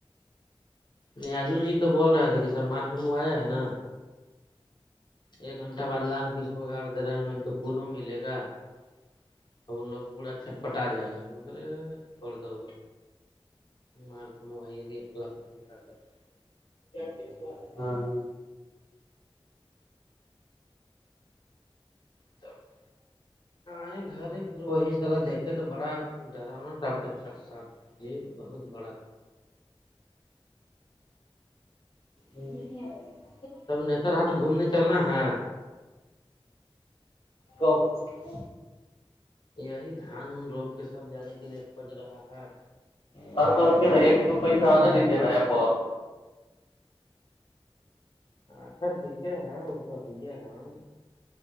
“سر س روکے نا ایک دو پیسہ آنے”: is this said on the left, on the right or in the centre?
Left